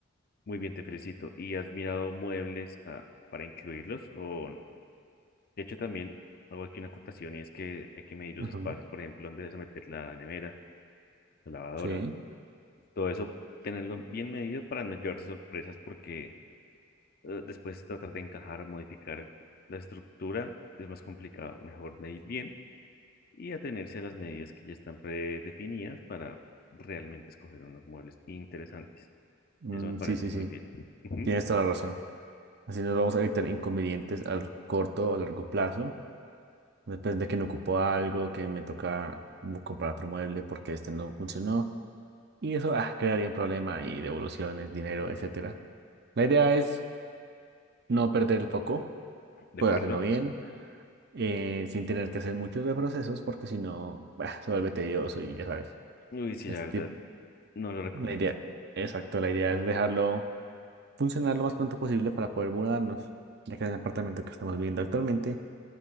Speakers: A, on the left; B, on the right.
A: Muy bien, te felicito. ¿Y has mirado muebles ah, para incluirlos? O, de hecho, también hago aquí una acotación y es que hay que medir los
B: Ujú.
A: espacios, por ejemplo, dónde vas a meter la nevera, la lavadora,
B: Sí,
A: todo eso, tenerlo bien medido para no llevarse sorpresas porque eh, después tratar de encajar, modificar la estructura es más complicado. Mejor medir bien y atenerse a las medidas que ya están predefinidas para realmente escoger unos muebles interesantes.
B: Mm,
A: Eso me parece
B: sí, sí,
A: muy
B: sí,
A: bien. Ujú,
B: tienes toda la razón. Así nos vamos a evitar inconvenientes al corto o largo plazo. Después de que me ocupó algo, que me toca mu- comprar otro mueble porque este no funcionó. Y eso ah, crearía un problema y devoluciones, dinero, etcétera. La idea es no perder el foco,
A: ¿De
B: poder
A: acuerdo?
B: hacerlo bien, eh, sin tener que hacer muchos de procesos porque si no, bah, se vuelve tedioso y ya sabes.
A: Uy, sí,
B: Este
A: la verdad,
B: tipo,
A: no lo recomiendo.
B: la idea, exacto, la idea es dejarlo funcionar lo más pronto posible para poder mudarnos, ya que en el apartamento que estamos viviendo actualmente,